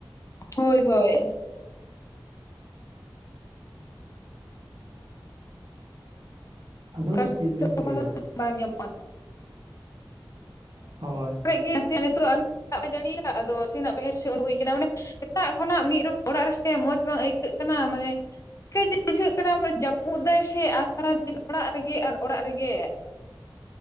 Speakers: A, on the left; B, on the right.
A: ᱦᱳᱭ ᱦᱳᱭ
B: <inaudible> ᱟᱫᱚ
A: ᱚᱠᱟ ᱥᱚᱢᱚᱭ
B: ᱪᱮᱫ ᱵᱤᱱ
A: ᱫᱚ
B: ᱪᱤᱠᱟᱹᱭᱮᱫᱟ
A: ᱛᱚᱠᱷᱚᱱ ᱫᱚ ᱵᱟᱝ ᱧᱟᱢᱚᱜᱼᱟ᱾
B: ᱦᱳᱭ
A: ᱠᱚᱨᱮ ᱜᱮ ᱱᱟᱥᱮ ᱱᱤᱛᱚᱜ ᱫᱟᱜ ᱮ ᱡᱟᱹᱲᱤᱭ ᱮᱫᱟ ᱟᱫᱚ ᱥᱮ ᱱᱟᱜ ᱵᱟᱦᱮᱨ ᱥᱮᱫ ᱩᱰᱩ ᱦᱩᱭ ᱠᱟᱱᱟ, ᱢᱟᱱᱮ ᱥᱮᱛᱟᱜ ᱠᱷᱚᱱᱟᱜ ᱢᱤᱫ ᱨᱚᱠ ᱚᱲᱟᱜ ᱨᱮᱥᱮ ᱢᱚᱡᱽ ᱵᱟᱝ ᱟᱹᱭᱠᱟᱹᱜ ᱠᱟᱱᱟ ᱢᱟᱱᱮ ᱪᱤᱠᱟᱹᱭ ᱡᱮ ᱵᱩᱡᱷᱟᱹᱜ ᱠᱟᱱᱟ ᱡᱟᱹᱯᱩᱫ ᱫᱟᱭ ᱥᱮ ᱟᱨ ᱥᱟᱨᱟ ᱫᱤᱱ ᱚᱲᱟᱜ ᱨᱮᱜᱮ ᱟᱨ ᱚᱲᱟᱜ ᱨᱮᱜᱮ